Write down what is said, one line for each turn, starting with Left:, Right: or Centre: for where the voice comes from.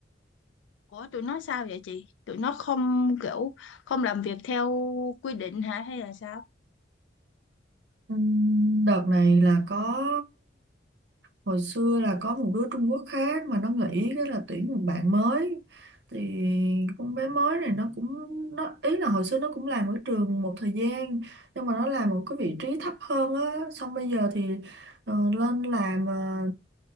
Left: Ủa tụi nó sao vậy chị tụi nó không kiểu không làm việc theo quy định hả hay là sao
Right: Ừm, đợt này là có hồi xưa là có một đứa Trung Quốc khác mà nó nghĩ cái là tuyển một bạn mới thì con bé mới này nó cũng nó ý là hồi xưa nó cũng làm ở trường một thời gian nhưng mà nó làm một cái vị trí thấp hơn á xong bây giờ thì ờ, lên làm ờ,